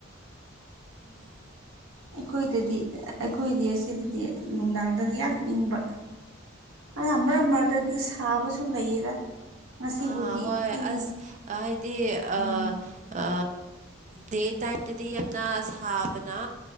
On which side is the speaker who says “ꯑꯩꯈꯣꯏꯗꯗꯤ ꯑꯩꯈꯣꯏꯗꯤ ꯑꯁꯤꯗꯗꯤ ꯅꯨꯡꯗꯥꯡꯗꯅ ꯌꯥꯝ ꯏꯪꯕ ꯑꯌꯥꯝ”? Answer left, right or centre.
Right